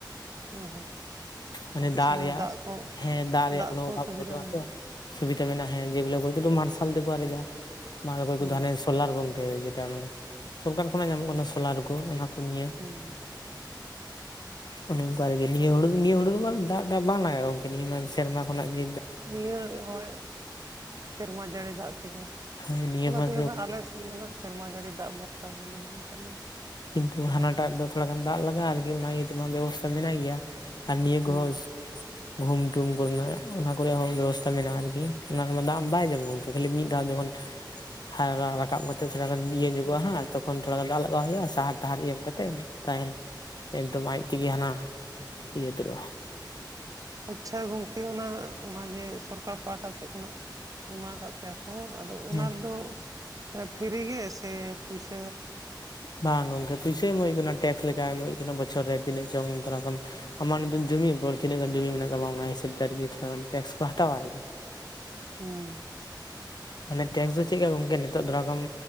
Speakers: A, on the right; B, on the left.
A: ᱦᱮᱸ ᱦᱩᱸ
B: ᱢᱟᱱᱮ
A: ᱟᱯᱮ ᱥᱮᱱ
B: ᱨᱮᱭᱟᱜ
A: ᱫᱚ ᱫᱟᱜ ᱠᱚ
B: ᱦᱮᱸ ᱫᱟᱜ ᱨᱮᱭᱟᱜ ᱠᱳᱱᱳ
A: ᱠᱚ
B: ᱚᱵᱷᱟᱵ
A: ᱥᱩᱵᱤᱫᱷᱟ
B: ᱵᱟᱹᱱᱩᱜᱼᱟ
A: ᱢᱮᱱᱟᱜᱼᱟ
B: ᱛᱚ ᱥᱩᱵᱤᱫᱟ ᱢᱮᱱᱟᱜᱼᱟᱮᱸ ᱡᱮ ᱠᱚ ᱢᱟᱨᱥᱟᱞ ᱛᱮᱠᱚ ᱟᱨᱮᱡᱟ ᱢᱟ ᱚᱠᱚᱭ
A: ᱦᱩᱸ
B: ᱠᱚ ᱦᱟᱱᱮ ᱥᱳᱞᱟᱨ ᱜᱚᱝᱠᱮ ᱡᱮᱴᱟ ᱢᱟᱱᱮ ᱥᱚᱨᱠᱟᱨ ᱠᱷᱚᱱᱟᱜ ᱧᱟᱢᱚᱜ ᱠᱟᱱᱟ ᱥᱳᱞᱟᱨ ᱠᱚ ᱚᱱᱟ ᱠᱚ ᱱᱤᱭᱟᱹ
A: ᱦᱮᱸ
B: ᱚᱱᱮ ᱚᱱᱠᱟ ᱨᱮᱜᱮ ᱱᱤᱭᱟᱹ ᱦᱩᱲᱩ ᱱᱤᱭᱟᱹ ᱦᱩᱲᱩ ᱫᱚ ᱫᱟᱜ ᱫᱟᱜ ᱵᱟᱝ ᱞᱟᱜᱟᱣᱼᱟᱠ ᱢᱟᱱ ᱥᱮᱨᱢᱟ ᱠᱷᱚᱱᱟᱜ ᱡ
A: ᱱᱤᱭᱟᱹ ᱦᱚᱜᱭ ᱥᱮᱨᱢᱟ ᱡᱟᱹᱲᱤ ᱫᱟᱜ ᱛᱮᱜᱮ
B: ᱦᱳᱭ ᱱᱤᱭᱟᱹ
A: ᱚᱱᱟ
B: ᱢᱟ
A: ᱛᱮᱜᱮ ᱦᱜ ᱟᱞᱮ ᱥᱮᱱ ᱫᱚ ᱜ ᱥᱮᱨᱢᱟ ᱡᱟᱹᱲᱤ ᱫᱟᱜ ᱵᱷᱚᱨᱥᱟ ᱜᱮ ᱢᱮᱱᱟᱜ ᱟᱠᱟᱫ ᱞᱮ
B: ᱠᱤᱱᱛᱩ ᱦᱟᱱᱟ ᱴᱟᱜᱤ ᱫᱚᱷᱚᱲ ᱜ ᱫᱟᱜ ᱞᱟᱜᱼᱟ ᱟᱨᱤ ᱚᱱᱟ ᱤᱭᱟᱹ ᱛᱮᱢᱟ ᱵᱮᱵᱚᱥᱛᱷᱟ ᱢᱮᱱᱟᱜ ᱜᱮᱭᱟ ᱟᱨ ᱱᱤᱭᱟᱹ
A: ᱦᱩᱸ
B: ᱠᱚᱚᱸᱩ ᱠᱩᱴᱩᱢ ᱠᱚᱨᱮᱱᱟᱜ ᱚᱱᱟ ᱠᱚᱨᱮ ᱦᱚᱸ ᱵᱮᱵᱚᱥᱛᱟ ᱢᱮᱱᱟᱜᱼᱟ ᱟᱨᱠᱤ ᱚᱱᱟᱢᱟ ᱫᱟᱜ ᱵᱟᱭ ᱡᱚᱢ ᱜᱚᱢᱠᱮᱭᱟ ᱠᱷᱟᱹᱞᱤ ᱢᱤᱫ ᱫ ᱡᱚᱠᱷᱚᱱ ᱦ ᱨᱟᱠᱟᱵ ᱠᱟᱛᱮ ᱛᱷᱚᱲᱟ ᱜᱟᱱ ᱤᱭᱟᱹ ᱧᱚᱜᱚᱜᱼᱟ
A: ᱦᱩᱸ
B: ᱦ ᱛᱚᱠᱷᱚᱱ ᱛᱷᱚᱲᱟ ᱜᱟᱱ ᱫᱟᱜ ᱞᱟᱜᱟᱣ ᱦᱩᱭᱩᱜᱼᱟ ᱥᱟᱦᱟᱨ ᱰᱟᱦᱟᱨ ᱮᱢ ᱠᱟᱛᱮᱮᱫ ᱛᱟᱦᱮᱱ ᱮᱠᱫᱚᱢ ᱟᱡ ᱛᱮᱜᱮ ᱦᱟᱱᱟ ᱫᱨ
A: ᱟᱪᱪᱷᱟ ᱜᱚᱝᱠᱮ ᱚᱱᱟ ᱚᱱᱟ ᱡᱮ ᱥᱚᱨᱠᱟᱨ ᱯᱟᱦᱴᱟ ᱥᱮᱫ ᱠᱷᱚᱱᱟᱜ ᱮᱢᱢᱟ ᱟᱠᱟᱫ ᱯᱮᱭᱟ ᱟᱫᱚ
B: ᱦᱮᱸ
A: ᱚᱱᱟ ᱨᱮᱫᱚ ᱯᱷᱤᱨᱤ ᱜᱮ ᱥᱮ ᱯᱩᱭᱥᱟ
B: ᱵᱟᱝ ᱜᱚᱝᱠᱮ ᱯᱚᱭᱥᱟᱹ ᱮᱢ ᱦᱩᱭ ᱠᱟᱱᱟ ᱴᱮᱠᱥᱠᱟᱭ ᱮᱢᱚᱜ ᱦᱩᱭᱩᱜ ᱠᱟᱱᱟ ᱵᱚᱪᱷᱚᱨ ᱨᱮ ᱛᱤᱱᱟᱹᱜ ᱪᱚᱝ ᱛ ᱟᱢ ᱱ ᱡᱩᱤ ᱯᱚᱨᱤᱱᱟ ᱜᱟᱱ ᱡᱚᱢ ᱢᱮᱱᱟᱜ ᱛᱟᱢᱟ ᱚᱱᱟ ᱦᱟᱹᱵᱽ ᱦᱤᱥᱟᱹᱵ ᱟᱨᱠᱤ ᱛᱷᱚᱲᱟᱟᱱ ᱴᱮᱠᱥ ᱠᱚ ᱦᱟᱛᱟᱣᱟ ᱟᱨᱠᱤ
A: ᱦᱮᱸ
B: ᱢᱟᱱᱮ ᱴᱮᱠᱥ ᱫᱚ ᱪᱮᱫ ᱜᱚᱢᱠᱮ ᱱᱤᱛᱚᱜ ᱫᱷᱚᱨᱟ ᱠᱢ